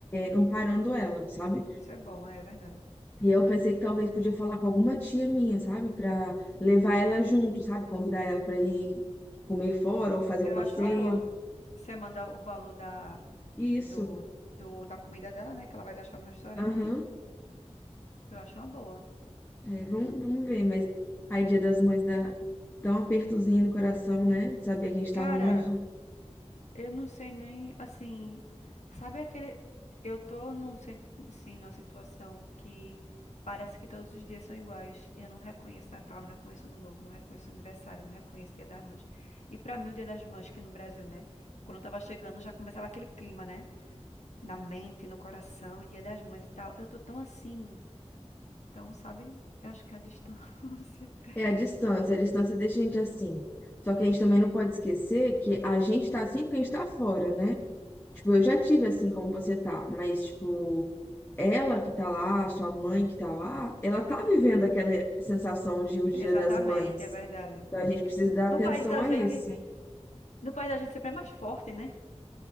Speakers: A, on the left; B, on the left.
A: amparando ela, sabe?
B: Isso é bom, é verdade.
A: E eu pensei que talvez podia falar com alguma tia minha, sabe, Pra levar ela junto, sabe, convidar ela pra ir comer fora ou fazer
B: Eu
A: um passeio.
B: acho uma boa. Você manda o valor da,
A: Isso.
B: do, do, da comida dela, né? Que ela vai gastar no restaurante.
A: Aham.
B: Eu acho uma boa.
A: É, vamos, vamos ver, mas aí Dia das Mães dá, dá um apertozinho no coração, né? De saber que a gente
B: Cara,
A: tá longe.
B: Eu não sei nem, assim, sabe aquele, eu tô num, se- assim, numa situação que parece que todos os dias são iguais. Eu não reconheço Natal, não reconheço Ano Novo, não reconheço aniversário, não reconheço Dia das Mães. E pra mim o Dia das Mães que no Brasil, né? Quando eu tava chegando já começava aquele clima, né? Na mente, no coração, e Dia das Mães e tal. Eu tô tão assim, então, sabe? Eu acho que é a distância. <laughs>
A: É a distância, a distância deixa a gente assim. Só que a gente também não pode esquecer que a gente tá assim porque a gente tá fora, né? Tipo, eu já tive assim como você tá, mas tipo, ela que tá lá, sua mãe que tá lá, ela tá vivendo aquela sensação de o Dia
B: Exatamente,
A: das Mães.
B: é verdade.
A: Então a gente precisa dar atenção
B: No país da
A: a
B: gente,
A: isso.
B: no país da gente sempre é mais forte, né?